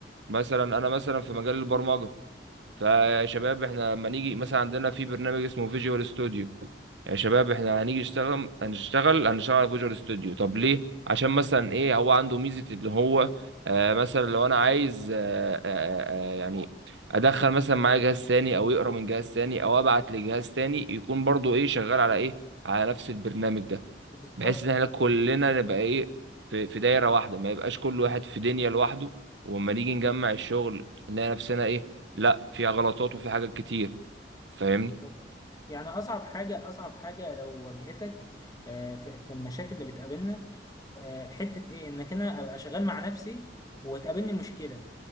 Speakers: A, on the right; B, on the left.
A: مثلا انا مثلا في مجال البرمجه فيا شباب احنا لما نيجي مثلا عندنا في برنامج اسمه فيجوال ستوديو يا شباب احنا هنيجي نشتغل هنشتغل هنشتغل على فيجوال ستوديو طب ليه عشان مثلا ايه هو عنده ميزة اللي هو آه مثلا لو انا عايز آه آه آه آه، يعني ادخل مثلا معايا جهاز ثاني او يقرا من جهاز ثاني او ابعت لجهاز ثاني يكون برضو ايه شغال على ايه على نفس البرنامج ده
B: بالظبط
A: بحيث ان احنا كلنا نبقى ايه في في دايره واحده ما يبقاش كل واحد في دنيا لوحده واما نيجي نجمع الشغل نلاقي نفسنا ايه لا فيها غلطات وفي حاجات كتير فاهمني
B: بالظبط يعني اصعب حاجه اصعب حاجه لو واجهتك آه، في في المشاكل اللي بتقابلنا آه، حته ايه انك انا ابقى شغال مع نفسي وتقابلني مشكله